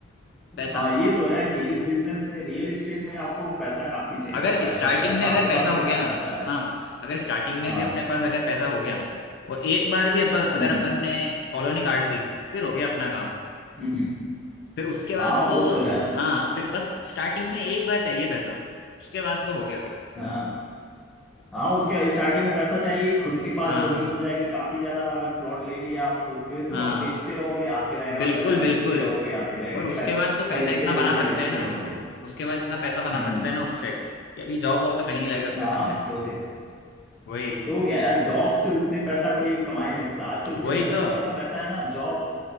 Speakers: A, on the left (about 55°); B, in the centre.
A: पैसा
B: हाँ ये तो है कि इस बिजनेस में रियल एस्टेट में आपको पैसा काफी चाहिए
A: अगर
B: होता है
A: स्टार्टिंग
B: अगर पैसा
A: में अगर
B: आपके
A: पैसा
B: पास
A: हो
B: अच्छा
A: गया ना
B: खासा है
A: हाँ अगर स्टार्टिंग में
B: हाँ
A: भी अपने पास अगर पैसा हो गया और एक बार भी अप, अगर
B: हम्म
A: अपन ने कॉलोनी काट दी फिर हो गया अपना काम
B: हम्म,
A: फिर उसके बाद
B: हाँ
A: तो
B: वो तो है
A: हाँ फिर बस स्टार्टिंग में एक बार चाहिए पैसा उसके बाद तो हो गया फिर
B: हाँ हाँ उसके स्टार्टिंग में पैसा चाहिए खुद के पास
A: हाँ
B: जमीन हो जाएगी काफी ज्यादा अगर प्लॉट ले लिया आप तो फिर तो
A: हाँ
B: आप बेचते रहोगे आते रहेगा
A: बिल्कुल
B: पैसा
A: बिल्कुल
B: बेचते रहोगे आते रहेगा
A: और उसके
B: खर,
A: बाद तो
B: खरीदते
A: पैसा इतना
B: रहोगे
A: बना सकते
B: बेचते
A: हैं ना
B: रहोगे
A: उसके बाद इतना पैसा बना
B: हम्म
A: सकते हैं ना उससे कि अभी जॉब वॉब तो कहीं नहीं लगे उसके
B: हाँ
A: सामने
B: तो हो गया
A: वही
B: तो हो गया यार जॉब से उतने पैसा कोई कमा ही नहीं सकता आजकल
A: वही
B: बिजनेस
A: तो
B: में जितना पैसा है ना जॉब